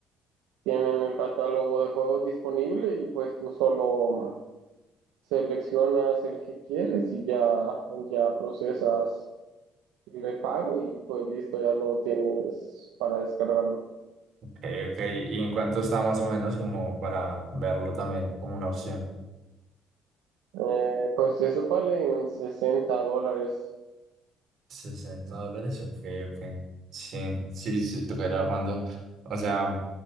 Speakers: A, on the right; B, on the right.
A: tienen el catálogo de juegos disponible y pues tú solo seleccionas el que quieres y ya, ya procesas el pago y pues listo, ya lo tienes para descargarlo.
B: Ok, ok. ¿Y en cuánto está más o menos como para verlo también como una opción?
A: Eh, pues eso vale en 60 dólares.
B: sesenta dólares, ok, ok. Sí, sí, sí, toca ir ahorrando. O sea,